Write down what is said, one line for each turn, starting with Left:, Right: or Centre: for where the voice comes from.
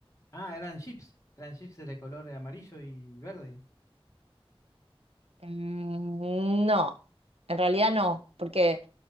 Left: Ah, eran chips. Eran chips de color amarillo y verde.
Right: Mm, no, en realidad no, porque